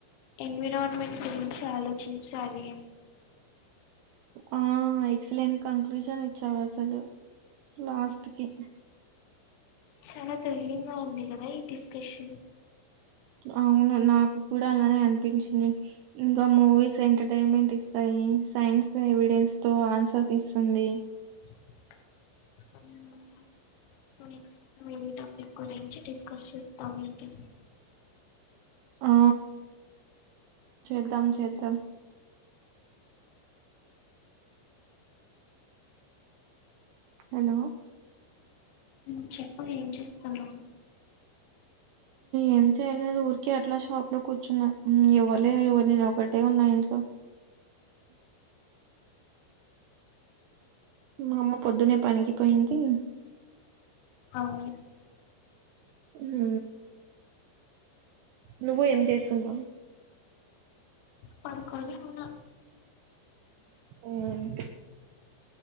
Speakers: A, on the left; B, on the right.
A: ఎన్విరాన్మెంట్ గురించి ఆలోచించాలి
B: ఆ ఎక్సలెంట్ కంక్లూజన్ ఇచ్చావు అసలు లాస్ట్కి
A: చాలా థ్రిల్ంగ్గా ఉంది కదా ఈ డిస్కషన్
B: అవును నాకు కూడా అలానే అనిపించింది ఇంకా మూవీస్ ఎంటర్టైన్మెంట్ ఇస్తాయి సైన్స్ ఎవిడెన్స్తో ఆన్సర్స్ ఇస్తుంది
A: హు నెక్స్ట్ టైం వెరె టాపిక్ గురించి డిస్కస్ చేస్తాం ఎంటి
B: ఆ చేద్దాం చేద్దాం హలో
A: ఉహ్ చెప్పు ఏం చేస్తున్నవ్
B: ఏం చేయలేదు ఊర్కి అట్లా షాప్లో కూర్చున్నా ఎవర్లే ఇవళ నేనొకటే ఉన్నా ఇంట్లో. మా అమ్మ పొద్దునే పనికిపోయింది.
A: అవ్నూ.
B: హూ నువ్వు ఏం చేస్తున్నావ్.
A: పర్కోని ఉన్న.
B: ఆహ్